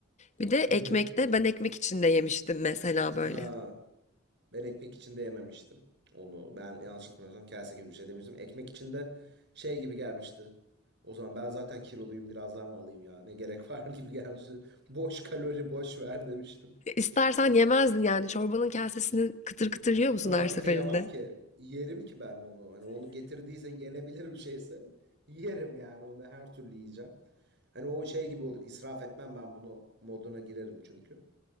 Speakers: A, on the left (about 35°); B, on the right (about 60°).
A: bir de ekmekte.
B: Hı hı.
A: Ben ekmek içinde yemiştim mesela böyle.
B: Ha, ben ekmek içinde yememiştim onu. Ben yanlış hatırlamıyorsam kase gibi bir şey demiştim. Ekmek içinde şey gibi gelmişti. O zaman ben zaten kiloluyum biraz daha mı alayım ya ne gerek var <laughs> gibi gelmişti. Boş kalori boş ver demiştim.
A: İstersen yemezdin yani çorbanın kasesini kıtır kıtır yiyor musun
B: Ama
A: her seferinde?
B: kıyamam ki yerim ki ben onu. Hani onu getirdiyse yenebilir bir şeyse yerim yani onu her türlü yiyeceğim. Hani o şey gibi olur israf etmem ben bunu moduna girerim çünkü.